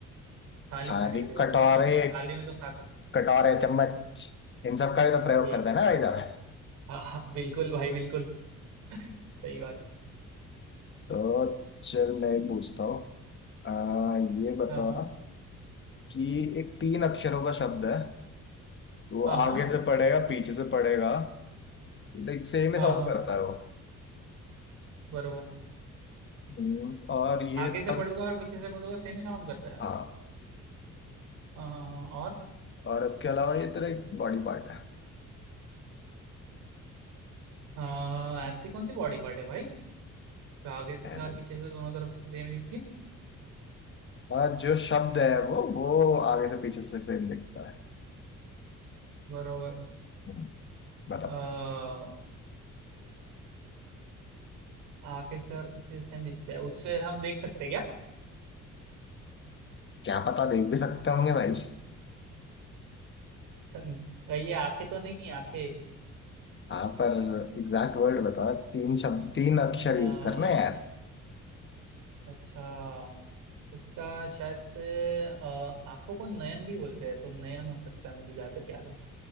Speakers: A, on the right (about 85°); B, on the left (about 40°).
A: थाली
B: थाली
A: खाने के लिए बनाते
B: कटोरे
A: हैं ना मतलब थाली में तो खाता
B: कटोरे चम्मच इन सब का भी तो प्रयोग
A: ठीक
B: करते
A: है
B: हैं ना भाई साहब
A: हाँ हाँ बिल्कुल भाई बिल्कुल <laughs> सही बात है
B: तो चल मैं एक पूछता हूँ आ, ये बता
A: हाँ हाँ
B: कि एक तीन अक्षरों का शब्द है तो
A: हाँ हाँ
B: आगे से पढ़ेगा पीछे से पढ़ेगा लाइक सेम ही
A: हाँ
B: साउंड
A: हाँ
B: करता है वो
A: बरोबर
B: हम्म, और ये
A: आगे से
B: तक
A: पढ़ूंगा और पीछे से पढ़ूंगा सेम ही साउंड करता है
B: हाँ
A: हाँ हाँ हाँ और
B: और उसके अलावा ये तेरा एक बॉडी पार्ट है
A: आ, ऐसी कौन सी बॉडी पार्ट है भाई जो आगे
B: है
A: से
B: ना?
A: और पीछे से दोनों तरफ से सेम दिखती है
B: आ, जो शब्द है वो वो आगे से पीछे से सेम दिखता है
A: बरोबर
B: हम्म, बताओ
A: आ, आगे से और पीछे से सेम दिखता है उससे हम देख सकते हैं क्या
B: क्या पता देख भी सकते होंगे भाई
A: सम- ये आंखें तो नहीं आंखें
B: हाँ पर एग्जैक्ट वर्ड बताओ तीन शब्द तीन अक्षर
A: आ,
B: यूज करना है यार
A: अच्छा इसका शायद से अ, आंखों को नयन भी बोलते हैं तो नयन हो सकता है मुझे जहाँ तक याद है